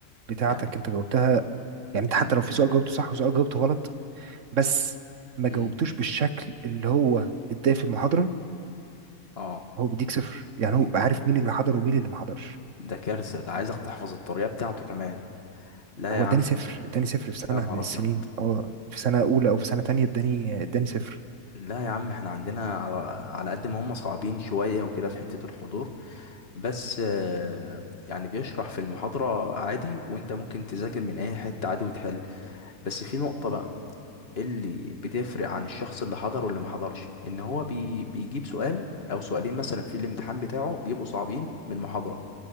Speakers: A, on the right; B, on the left.
A: بتاعتك
B: يعني
A: انت جاوبتها يعني انت حتى
B: يعني
A: لو في سؤال جاوبته صح وسؤال جاوبته غلط بس ما جاوبتوش
B: امم
A: بالشكل اللي هو اداه في المحاضرة
B: اه
A: هو بيديك صفر يعني هو
B: دي-
A: بقى عارف مين اللي حضر ومين اللي ما حضرش
B: ده كارثه ده عايزك تحفظ الطريقه بتاعته كمان لا
A: هو
B: يا عم
A: اداني صفر اداني صفر في سنة
B: يا نهار
A: من السنين
B: ابيض
A: اه في سنة أولى أو في سنة تانية اداني اداني صفر
B: لا يا عم احنا عندنا على على قد ما هم صعبين شوية وكده في حتة الحضور بس آه، يعني بيشرح في المحاضرة عادي وانت ممكن تذاكر من اي حتة عادي وتحل بس في نقطة بقى اللي بتفرق عن الشخص اللي حضر واللي ما حضرش ان هو بي بيجيب سؤال او سؤالين مثلا في الامتحان بتاعه بيبقوا صعبين من المحاضرة